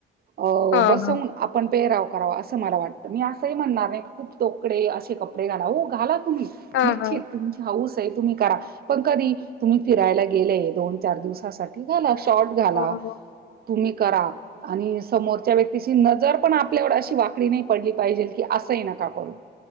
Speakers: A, on the right; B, on the left.
A: अ
B: हां,
A: बसवून
B: हां.
A: आपण पेराव. कराव अस मला वाटतं. मी असंही म्हणणार नाही की, खूप तोकडे असे कपडे घाला हो घाला तुम्ही
B: हां,
A: निश्चित
B: हां.
A: तुमची हौस तेय तुम्ही करा पण, कधी तुम्ही फिरायला गेलेय दोन चार दिवसांसाठी घाला. शॉट घाला
B: हो, हो.
A: तुम्ही करा आणि समोरच्या व्यक्तीची नजर पण, आपल्या कड अशी वाकडी नाही पडली पाहिजे, की असंही नका करू.